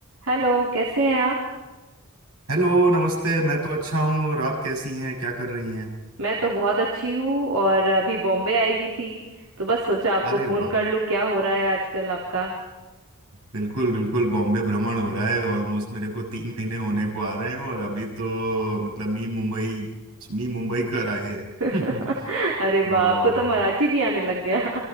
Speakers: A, on the right; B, on the right.
A: Hello कैसे हैं आप
B: हेलो नमस्ते मैं तो अच्छा हूँ और आप कैसी हैं क्या कर रही हैं
A: मैं तो बहुत अच्छी हूँ और अभी बॉम्बे आई हुई थी तो बस सोचा आपको
B: अरे
A: फोन
B: वाह
A: कर लूँ क्या हो रहा है आजकल आपका
B: बिल्कुल बिल्कुल बॉम्बे भ्रमण हो रहा है ऑलमोस्ट मेरे को तीन महीने होने को आ रहे हैं और अभी तो मतलब मी मुंबई मी मुंबई कर आए हैं
A: <laughs>
B: <laughs>
A: अरे
B: तो
A: वाह आपको तो मराठी भी आने लग गया